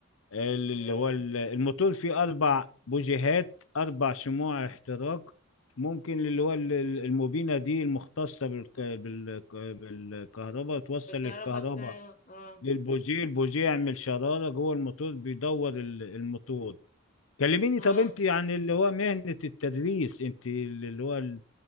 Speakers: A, on the left; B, on the left.
A: اللي
B: آه.
A: هو ال- الموتور فيه أربع بوجيهات أربع شموع احتراق ممكن اللي هو ال- ال- الموبينة دي المختصة بالك... بالك... بالكهرباء توصل
B: فكهرباء
A: الكهرباء
B: بتاع- اه
A: للبوجيه البوجيه يعمل شرارة جوه الموتور بيدور ال- الموتور كلميني
B: اه
A: طب انت عن اللي هو مهنة التدريس انت اللي هو ال-